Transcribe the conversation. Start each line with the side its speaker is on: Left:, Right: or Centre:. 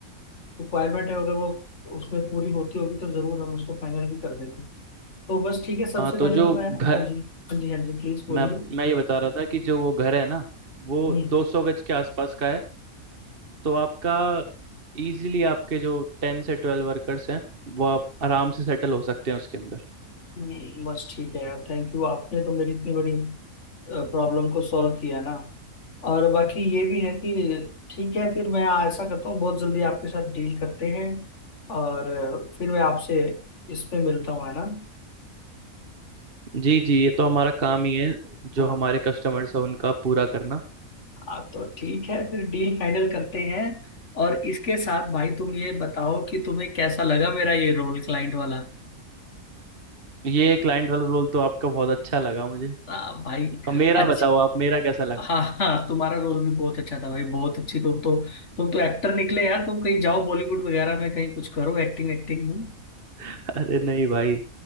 Left: रिक्वायरमेंट है अगर वो उसमें पूरी होती होगी तो जरूर हम उसको फाइनल भी कर देंगे तो बस ठीक है सबसे
Right: हाँ तो
Left: पहले
Right: जो
Left: तो मैं
Right: घर
Left: हाँ जी हाँ जी हाँ जी प्लीज बोलिए
Right: मैं मैं ये बता रहा था कि जो वो घर है ना वो
Left: हम्म
Right: 200 गज के आसपास का है तो आपका इजीली आपके जो 10 से 12 वर्कर्स हैं वो आप आराम से सेटल हो सकते हैं उसके अंदर
Left: हम्म, बस ठीक है यार थैंक यू आपने तो मेरी इतनी बड़ी प्रॉब्लम को सॉल्व किया ना और बाकी ये भी है कि ठीक है फिर मैं ऐसा करता हूँ बहुत जल्दी आपके साथ डील करते हैं और अ, फिर मैं आपसे इसमें मिलता हूँ है ना
Right: जी जी ये तो हमारा काम ही है जो
Left: हाँ
Right: हमारे कस्टमर्स हैं उनका पूरा करना
Left: हाँ तो ठीक है फिर डील फाइनल करते हैं और इसके साथ भाई तुम ये बताओ कि तुम्हें कैसा लगा मेरा ये रोल क्लाइंट वाला
Right: ये क्लाइंट वाला रोल तो आपका बहुत अच्छा लगा मुझे
Left: आ, भाई
Right: अब मेरा
Left: अच्छा
Right: बताओ आप मेरा कैसा लगा
Left: हाँ हाँ तुम्हारा रोल भी बहुत अच्छा था भाई बहुत अच्छी तुम तो तुम तो एक्टर निकले यार तुम कहीं जाओ बॉलीवुड वगैरह में कहीं कुछ करो एक्टिंग एक्टिंग में
Right: <laughs> अरे नहीं भाई